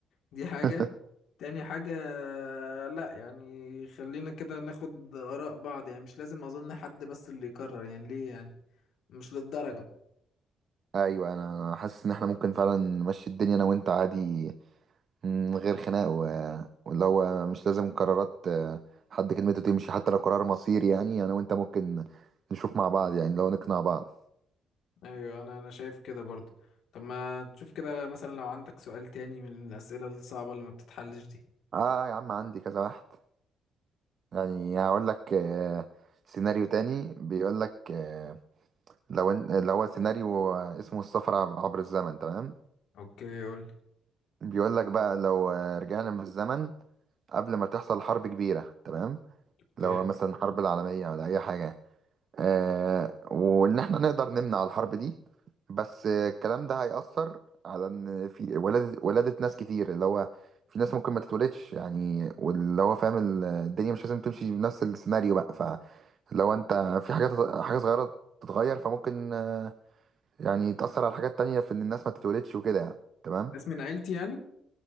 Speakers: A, on the left (about 75°); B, on the right (about 50°).
A: دي حاجة
B: <laughs>
A: تاني حاجة لا يعني خلينا كده ناخد آراء بعض يعني مش لازم أظن حد بس اللي يقرر يعني ليه يعني مش للدرجة
B: ايوه انا أنا حاسس ان احنا ممكن فعلا نمشي الدنيا انا وانت عادي من غير خناق و... واللي هو مش لازم قرارات آه، حد كلمته تمشي حتى لو قرار مصيري يعني انا وانت ممكن نشوف مع بعض يعني لو نقنع بعض
A: أيوة أنا أنا شايف كده برضه طب ما تشوف كده مثلا لو عندك سؤال تاني من الأسئلة الصعبة اللي ما بتتحلش دي
B: اه يا عم عندي كذا واحد يعني هقول لك آه، سيناريو تاني بيقول لك آه، لو إن- اللي هو سيناريو اسمه السفر عب- عبر الزمن تمام
A: اوكي قول لي.
B: بيقول لك بقى لو رجعنا بالزمن قبل ما تحصل حرب كبيرة تمام
A: اوكي
B: لو مثلا حرب العالمية ولا أي حاجة آه وإن إحنا نقدر نمنع الحرب دي بس آه، الكلام ده هيأثر على إن في ولادة ولادة ناس كتير اللي هو في ناس ممكن ما تتولدش يعني واللي هو فاهم ال- الدنيا مش لازم تمشي بنفس السيناريو بقى فلو أنت في حاجات حاجة صغيرة تتغير فممكن يعني تأثر على حاجات تانية في إن الناس ما تتولدش وكده يعني تمام
A: ناس من عيلتي يعني